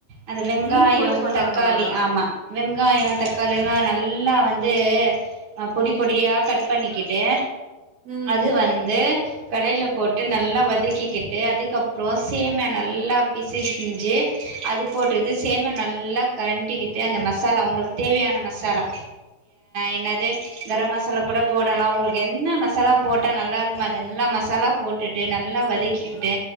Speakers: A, on the right; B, on the right.
A: அந்த வெங்காயம்
B: மீன் போட்டு பண்ணுவாங்களா
A: தக்காளி ஆமா வெங்காயம் தக்காளி எல்லா நல்லா வந்து ஆ பொடி பொடியா கட் பண்ணிக்கிட்டு
B: ம்
A: அது வந்து கடையில போட்டு நல்லா வதக்கிக்கிட்டு அதுக்கப்றோ சேம்யா நல்லா பிசிஸ்சிஞ்சு அது போட்டுது சேம்யா நல்லா கலண்டிக்கிட்டு அந்த மசாலா உங்களுக்கு தேவயான மசாலா என்னது கரம் மசாலா கூட போடலாம் உங்களுக்கு என்ன மசாலா போட்டா நல்லா இருக்குமோ அதெல்லாம் மச சாலா போட்டுட்டு நல்லா வதக்கிக்கிட்டு